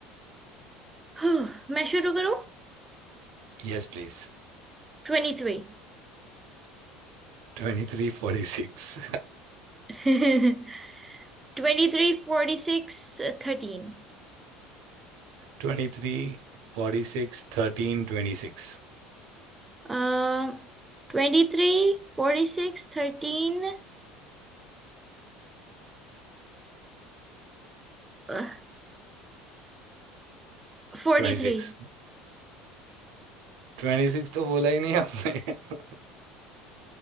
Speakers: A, on the right; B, on the right.
A: <sighs> मैं शुरू करूं
B: Yes please
A: Twenty
B: Twenty three forty six
A: three <laughs> 23, 46, uh, 13.
B: Twenty three forty six thirteen twenty six
A: Um, 23, 46, 13, uh, 43.
B: Twenty six twenty six <laughs> तो बोला ही नहीं आपने <laughs>